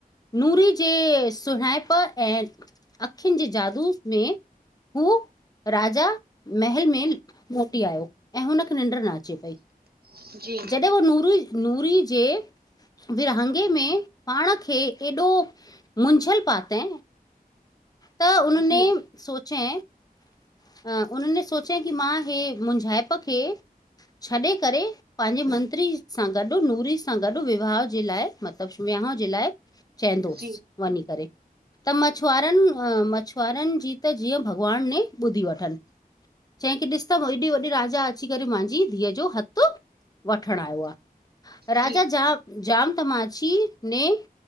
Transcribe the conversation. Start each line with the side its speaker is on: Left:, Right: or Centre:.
Left: नूरी जे सुहड़ाइप ऐं, अखियुन जे जादू में हू राजा, महल में उथी आयो ऐं हुनखे निंड्र न अचे पई,
Right: जी
Left: जॾहिं उहो नूरी, नूरी जे विरहांंगे में पाण खे एॾो, मुंझल पातइ त
Right: जी
Left: सोचें हा उनिने सोचई की मां हे मुनजाइप खे छॾे करे पांजी मंत्री सां गॾ नूरी सां गॾ विवाह जे लाइ मतिलब विहाउ जे लाइ चंयदोस
Right: जी जी
Left: वञी करे त मछुआरन मछुआरन जी त जीअं भॻवान ने ॿुधी वठन चे की ॾिस त हेॾी राजा अची करे मांजी धीअ जो हथ वठण आयो आ राजा
Right: जी
Left: जाम जाम तमा ची ने